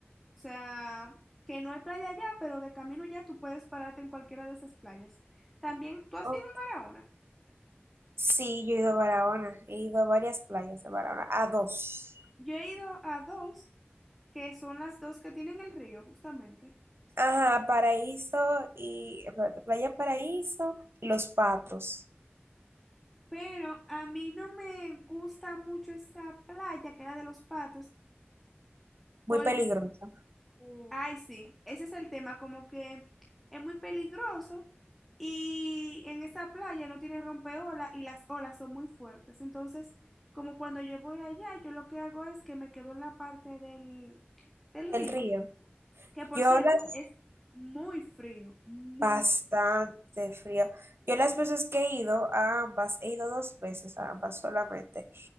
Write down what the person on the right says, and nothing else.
Oh,
sí, yo he ido a Barahona, he ido a varias playas de Barahona, a dos.
Ajá, Paraíso y espérate, Playa Paraíso y Los Patos.
Muy
peligroso.
El río.
Yo
las
bastante frío. Yo las veces que he ido a ambas, he ido dos veces a ambas solamente.